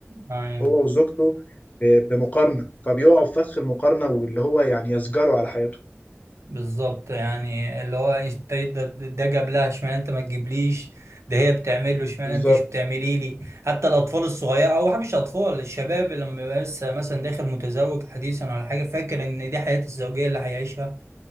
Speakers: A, on the right; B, on the left.
A: معايا
B: هو وزوجته ب- بمقارنة فبيقعوا في فخ المقارنة واللي هو يعني يسجروا على حياتهم
A: بالظبط يعني اللي هو انت ده, ده جاب لها اشمعنى انت ما تجيبليش ده هي بتعمل له اشمعنى
B: بالظبط
A: انت مش بتعملي لي حتى الاطفال الصغيره او مش اطفال الشباب اللي لما يبقى لسه مثلا داخل متزوج حديثا ولا حاجه فاكر ان دي حياه الزوجيه اللي هيعيشها